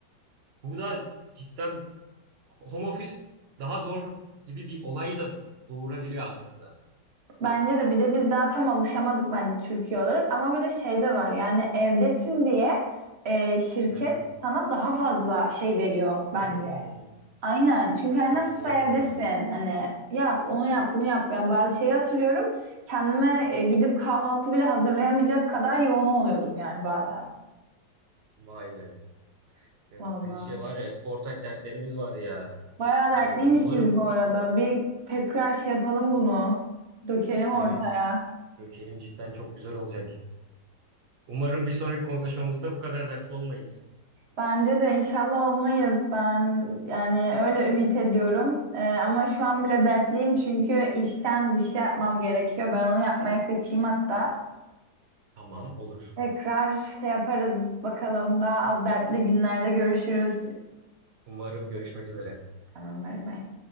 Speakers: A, on the right; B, on the right.
A: Bu da cidden home office daha zor gibi bir olayı da doğurabiliyor aslında.
B: Bence de bir de biz daha tam alışamadık bence Türkiye olarak ama böyle şey de var yani evdesin diye e, şirket
A: Hı hı.
B: sana daha fazla şey veriyor
A: Hmm,
B: bence. Aynen çünkü hani
A: katılıyorum
B: nasılsa evdesin
A: buna.
B: hani yap onu yap bunu yap. Yani bazı şeyi hatırlıyorum kendime e, gidip kahvaltı bile hazırlayamayacak kadar yoğun oluyordum yani bazen.
A: Vay be. Ya
B: Vallahi
A: Gülce var ya ortak dertlerimiz var ya.
B: bayağı dertliymişiz
A: Ay, umarım
B: bu arada bir tekrar şey yapalım bunu dökelim ortaya.
A: evet dökelim cidden çok güzel olacak. Umarım bir sonraki konuşmamızda bu kadar dertli olmayız.
B: Bence de inşallah olmayız. Ben yani öyle ümit ediyorum. Ee, ama şu an bile dertliyim çünkü işten bir şey yapmam gerekiyor. Ben onu yapmaya kaçayım hatta.
A: Tamam olur.
B: Tekrar şey yaparız bakalım. Daha az dertli günlerde görüşürüz.
A: Umarım görüşmek üzere.
B: Tamam bay bay.